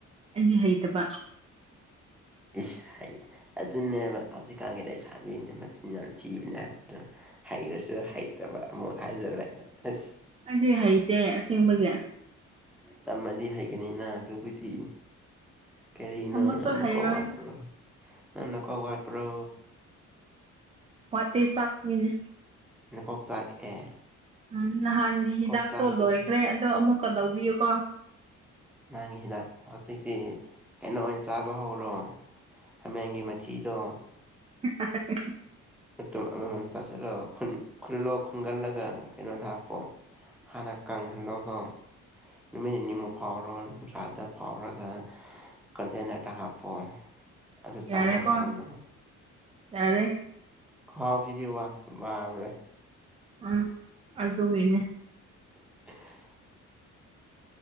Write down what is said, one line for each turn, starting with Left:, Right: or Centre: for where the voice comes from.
Right: ꯑꯗꯨꯗꯤ ꯍꯩꯇꯕ
Centre: ꯏꯁ ꯍꯥꯏꯗꯤ ꯑꯗꯨꯅꯦꯕ ꯍꯧꯖꯤꯛꯀꯥꯟꯒꯤ ꯂꯩꯁꯥꯕꯤꯁꯤꯅ ꯃꯆꯤꯟ ꯌꯥꯝ ꯊꯤꯕꯅꯦ ꯍꯥꯏꯕ ꯑꯗꯨꯅ ꯍꯩꯔꯁꯨ ꯍꯩꯇꯕ ꯑꯃꯨꯛ ꯍꯥꯏꯖꯜꯂꯦ ꯑꯁ
Right: ꯑꯗꯨꯗꯤ ꯍꯩꯇꯦꯁꯦꯡꯕꯒꯤꯔ
Centre: ꯇꯝꯃꯗꯤ ꯍꯩꯒꯅꯤꯅ ꯑꯗꯨꯕꯨꯗꯤ ꯀꯔꯤꯅꯣ
Right: ꯑꯃꯁꯨ
Centre: ꯅꯪ
Right: ꯍꯩꯔꯣꯏꯗ
Centre: ꯅ ꯀ ꯋꯥꯠꯄ꯭ꯔꯣ ꯅꯪ ꯅ ꯀ ꯋꯥꯠꯄ꯭ꯔꯣ
Right: ꯋꯥꯠꯇ ꯆꯥꯛꯄꯣꯏꯅꯦ
Centre: ꯅꯀꯣꯛ ꯆꯥꯛꯑꯦ
Right: ꯎꯝ ꯅꯍꯥꯟꯒꯤ ꯍꯤꯗꯥꯛꯇꯣ
Centre: ꯀꯣꯛ ꯆꯥꯛꯄꯒꯤ
Right: ꯂꯣꯏꯈ꯭ꯔꯦ ꯑꯗꯣ ꯑꯃꯨꯛꯀ ꯂꯧꯕꯤꯌꯨꯀꯣ
Centre: <unintelligible> ꯍꯧꯖꯤꯛꯇꯤ ꯀꯩꯅꯣ ꯑꯣꯏꯅ ꯆꯥꯕ ꯍꯧꯔꯣ ꯍꯥꯃꯦꯡꯒꯤ ꯃꯊꯤꯗꯣ
Right: <unintelligible>
Centre: ꯃꯇꯨꯝ ꯑꯃꯃꯝ ꯆꯥꯁꯤꯜꯂꯛꯣ ꯈꯨꯜꯂꯣ ꯈꯨꯟꯒꯜꯂꯒ ꯀꯩꯅꯣꯗ ꯍꯥꯞꯄꯣ ꯍꯥꯟꯅ ꯀꯪꯍꯜꯂꯣꯒ ꯅꯨꯃꯤꯠ ꯅꯤꯅꯤꯃꯨꯛ ꯐꯥꯎꯔꯣ ꯅꯨꯡꯁꯥꯗ ꯐꯥꯎꯔꯒ ꯀꯟꯗꯅꯇ ꯍꯥꯞꯄꯣ ꯑꯗꯨꯗ
Right: ꯌꯥꯔꯦꯀꯣ
Centre: ꯆꯥꯕ ꯍꯧꯔꯅꯕ
Right: ꯌꯥꯔꯦ
Centre: ꯈꯍꯥꯎꯁꯤꯗꯤ ꯋꯥ ꯕꯔꯦ
Right: ꯑ ꯑꯗꯨꯗ ꯌꯦꯅꯦ
Centre: <unintelligible>